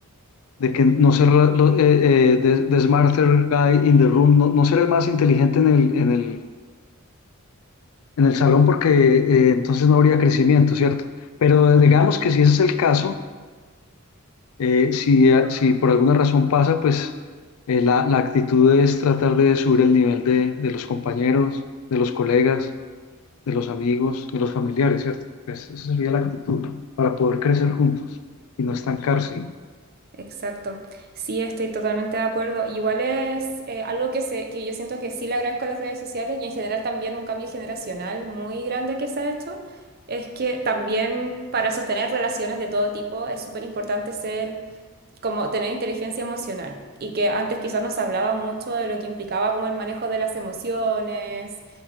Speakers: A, on the left; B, on the right.
A: de que no ser la- lo- eh, eh, the, the smarter guy in the room, no, no ser el más inteligente en el, en el en el salón porque eh, entonces no habría crecimiento, ¿cierto? Pero digamos que si ese es el caso, eh, si, eh, si por alguna razón pasa, pues eh, la, la actitud es tratar de subir el nivel de, de los compañeros, de los colegas, de los amigos, de los familiares, ¿cierto? Pues esa sería la actitud para poder crecer juntos y no estancarse.
B: Exacto. Sí, estoy totalmente de acuerdo. Igual es eh, algo que, se, que yo siento que sí le agradezco a las redes sociales y en general también un cambio generacional muy grande que se ha hecho. Es que también para sostener relaciones de todo tipo es súper importante ser como tener inteligencia emocional y que antes quizás nos hablaba mucho de lo que implicaba como el manejo de las emociones